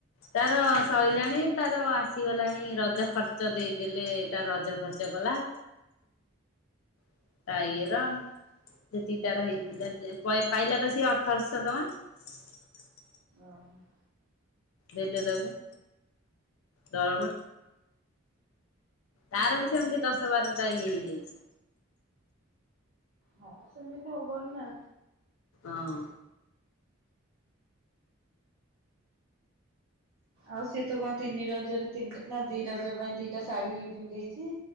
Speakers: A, on the left; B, on the right.
A: ତାର ସରିଲାଣି ତାର ଆସିଗଲାଣି ରଜଖର୍ଚ୍ଚ ଦେଇଦେଲେ ତାର ରଜଖର୍ଚ୍ଚ କଲା। <unintelligible> <inaudible> ସେଠି ତାର ହେଇଥିଲା।
B: ହୁଁ
A: <unintelligible> ପାଇଲା ପା ସିଏ ଅଠରଶହ ଟଙ୍କା।
B: ଓ ହୋ।
A: ଦେଲେ ତାକୁ ଦରମା। ତାର
B: ହୁଁ।
A: ବି ସେମିତି ଦଶ ବାର ଏଇ ହେଇଯାଇଛି।
B: ହଁ ସେମିତି ହବନି ନା
A: ହଁ।
B: ଆଉ ସିଏ ତ କଣ ତିନି ରଜରେ ତିନିଟା ନା ଦି ରଜ ପାଇଁ ଦିଟା ଶାଢୀ ପିନ୍ଧେଇଛି।